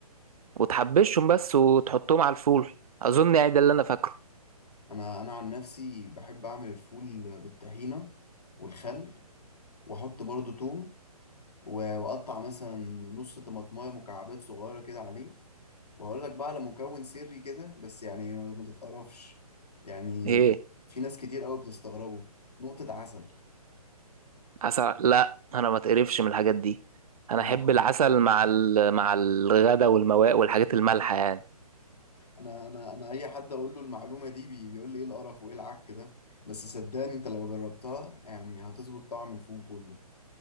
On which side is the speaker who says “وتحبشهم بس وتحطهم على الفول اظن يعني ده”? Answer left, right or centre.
Right